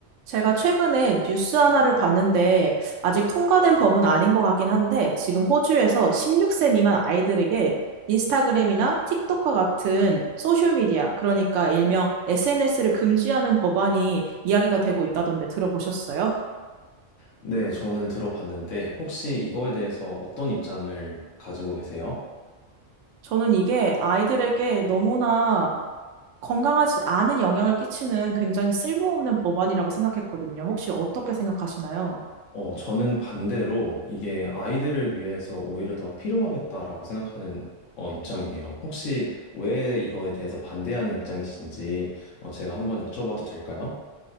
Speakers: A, on the right (about 75°); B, on the left (about 85°).
A: 제가 최근에 뉴스 하나를 봤는데 아직 통과된 법은 아닌 것 같긴 한데 지금 호주에서 16세 미만 아이들에게 인스타그램이나 틱톡과 같은 소셜미디어, 그러니까 일명 SNS를 금지하는 법안이 이야기가 되고 있다던데 들어보셨어요?
B: 네, 저는 들어봤는데 혹시 이거에 대해서 어떤 입장을 가지고 계세요?
A: 저는 이게 아이들에게 너무나 건강하지 않은 영향을 끼치는 굉장히 쓸모없는 법안이라고 생각했거든요. 혹시 어떻게 생각하시나요?
B: 어, 저는 반대로 이게 아이들을 위해서 오히려 더 필요하겠다라고 생각하는 어, 입장이에요. 혹시 왜 이거에 대해서 반대하는 입장이신지 어, 제가 한번 여쭤봐도 될까요?